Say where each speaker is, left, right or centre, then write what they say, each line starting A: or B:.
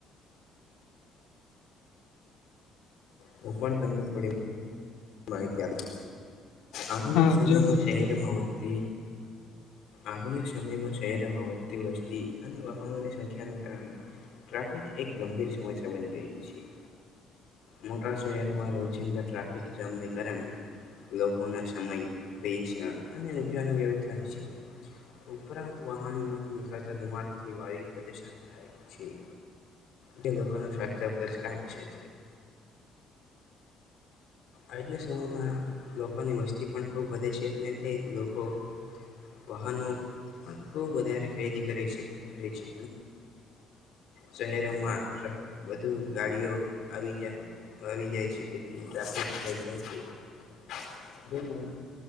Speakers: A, on the left (about 65°); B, on the left (about 80°).
A: હું પણ તમને થોડી માહિતી આપુ આઘુનિક
B: હા
A: સમેયમાં
B: જરૂર
A: શેરમાં
B: જરૂર.
A: વચે આધુનિક સમયમાં શહેરોમાં વધતી વસ્તી અને વાહનોની સંખ્યાને કારણે ટ્રાફિક એક ગંભીર સમસ્યા બની ગઈ છે મોટા શહેરમાં રોજિંદા ટ્રાફિક જામને કારણે લોકોનો સમય પૈસા અને રુપિયાના મેળ થાય છે ઉપરાંત વાહનો મા નીકળતા ધુમાડાથી વાયુ પ્રદુશન થાય છે જે લોકોનું સ્વાસ્થ્ય પરીસરામ છે આજના સમયમાં લોકોની વસ્તી પણ ખૂબ વધે છે અને તે લોકો વાહનો બહુ વધારે ખરીદી કરે છે કરે છે શહેરોમાં વઘુ ગાડીઓ આવી જાય આવી જાય છે તેથી ટાફિક <unintelligible>